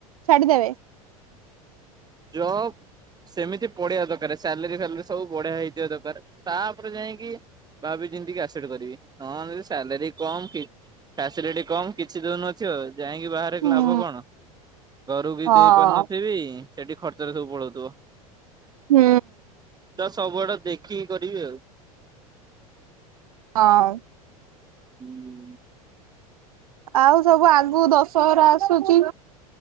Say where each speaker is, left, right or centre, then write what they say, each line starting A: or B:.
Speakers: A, on the right (about 70°); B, on the right (about 20°).
A: ଛାଡିଦେବେ?
B: ଜବ୍ ସେମିତି ପଢିଆ ଦରକାର, ସାଲେରୀ ଫାଲେରୀ ସବୁ ବଢିଆ ହେଇଥଥିବା ଦରକାର, ତାପରେ ଯାଇକି ଭାବି ଚିନ୍ତିକିି ଆସେପ୍ଟ କରିବି। ନ ହେଲେ ସାଲାରୀ କମ୍ କି ଫାସିଲିଟି କମ୍, କିଛି ଦୋଉନଥିବ, ଯାଇଁକି ବାହାରେ
A: ହୁଁ
B: ଲାଭ କଣ? ଘରୁ ବି
A: ହଁ
B: ଦେଇ ପାରୁିନଥିବି ସେଠି ଖର୍ଚରେ ସବୁ ପଳଉଥିବ।
A: ହୁଁ।
B: ତ ସବୁଆଡେ ଦେଖିକି କରିବି ଆଉ।
A: ହଁ।
B: ହୁଁ।
A: ଆଉ ସବୁ ଆଗକୁ ଦଶହରା ଆସୁଛି,